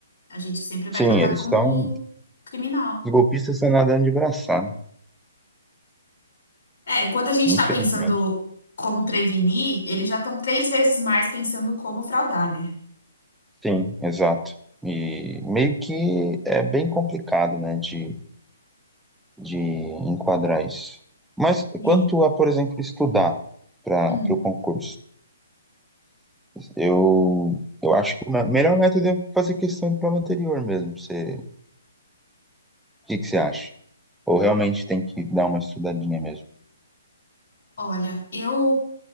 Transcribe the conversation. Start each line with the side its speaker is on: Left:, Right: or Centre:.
Left: A gente sempre vai
Centre: Sim,
Left: tratar
Centre: eles
Left: como
Centre: estão.
Left: criminal.
Centre: Os golpistas estão nadando de braçada,
Left: É, enquanto a gente
Centre: infelizmente.
Left: está pensando como prevenir, eles já estão três vezes mais pensando como fraudar, né?
Centre: Sim, exato. E meio que é bem complicado, né, de de enquadrar isso. Mas
Left: Sim.
Centre: quanto a, por exemplo, estudar para
Left: Uhum.
Centre: o concurso, eu, eu acho que o me- melhor método é fazer questão do prova anterior mesmo. Você, o que, que você acha? Ou realmente tem que dar uma estudadinha mesmo?
Left: Olha, eu